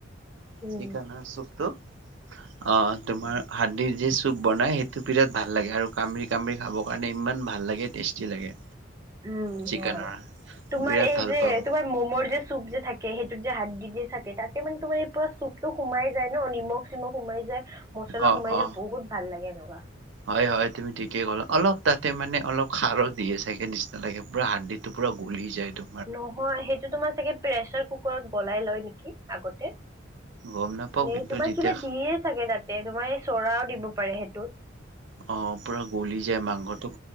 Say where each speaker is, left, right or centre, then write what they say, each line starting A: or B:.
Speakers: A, on the right; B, on the right.
A: <unintelligible>
B: উম
A: চুপটো। অ, তোমাৰ হাড়দি যি চুপ বনাই, সেইটো বিৰাট ভাল লাগে। আৰু কামৰি কামিৰি খাবৰ কাৰণে ইমান ভাল লাগে, টেষ্টি লাগে।
B: উম,
A: চিকেনৰ
B: হয়। তোমাৰ
A: বিৰাট
B: এই
A: ভাল
B: যে
A: পাওঁ
B: তোমাৰ ম'মৰ যে চুপ যে থাকে, সেইটোত যে হাড়দি যে থাকে। তাতে মানে তোমাৰ এই পুৰা চুপটো সোমাই যায় ন! নিমখ চিমখ সোমাই যায়, মছলা
A: অ
B: সোমাই
A: অ
B: যায়, বহুত ভাল লাগে এনেকুৱা।
A: হয়, হয়, তুমি ঠিকে ক'লা। অলপ তাতে মানে অলপ খাৰো দিয়ে চাগে নিচিনা লাগে পুৰা হাড়দি টো পুৰা গলি যায় টো
B: নহয়, সেইটো তোমাৰ চাগে প্ৰেচাৰ কুকাৰত গলাই লয় নেকি? আগতে
A: গম নাপাও
B: নে
A: কিন্তু
B: তোমাৰ
A: যেতিয়া
B: কিবা দিয়ে চাগে তাতে, তোমাৰ চৌদাও দিব পাৰে সেইটোত।
A: অ, পুৰা গলি যায় মাংসটো